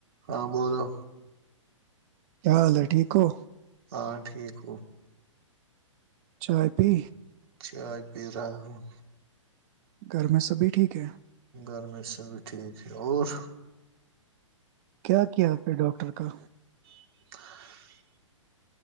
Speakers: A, on the right; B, on the right.
A: ہاں بولو
B: کیا حال ہے ٹھیک ہو
A: ہاں ٹھیک گ
B: چائے پی
A: چائے پی رہا ہوں
B: گھر میں سبھی ٹھیک ہے
A: گھر میں سے بھی ٹھیک ہے اور
B: کیا کیا پھر ڈاکٹر افرقہ
A: <inaudible>